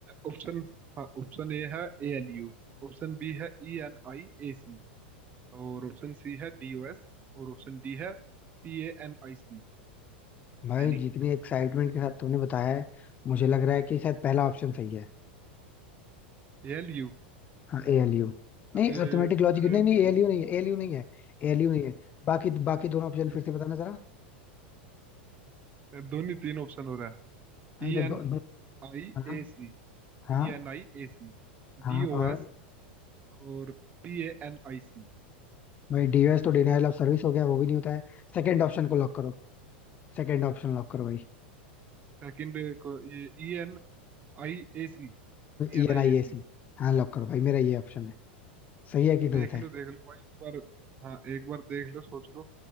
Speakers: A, on the right; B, on the left.
A: ऑप्शन हाँ ऑप्शन ए है A L U Option B है E N I A C और ऑप्शन सी है डी ओ एस और ऑप्शन डी है P A N I C
B: भाई
A: Panic
B: जितनी एक्साइटमेंट के
A: बोल
B: साथ तुमने बताया है मुझे लग रहा है कि शायद पहला ऑप्शन सही है
A: A L U
B: हाँ ए एल यू नहीं
A: अरे
B: अर्थमेटिक लॉजिक
A: अरे
B: नहीं नहीं
A: भाई
B: एल यू नहीं है एल यू नहीं है एल यू नहीं है बाकी बाकी दोनों ऑप्शन
A: हम्म,
B: फिर से बताना जरा
A: दोनों तीन ऑप्शन हो रहा है
B: हाँ
A: E
B: तो दो,
A: N
B: दो,
A: I
B: हाँ
A: A C
B: हाँ
A: E N I A C
B: हाँ
A: D
B: और
A: O S और P A N I C
B: भाई डीओएस तो डिनायल ऑफ सर्विस हो गया वो भी नहीं होता है सेकंड ऑप्शन को लॉक करो सेकंड ऑप्शन लॉक करो भाई
A: Second को ये E N I A C E N
B: E N
A: I
B: I
A: A C
B: A C हाँ लॉक करो भाई मेरा ये ऑप्शन है सही है कि
A: देख
B: गलत
A: लो
B: है
A: देख लो भाई एक बार हाँ एक बार देख लो सोच लो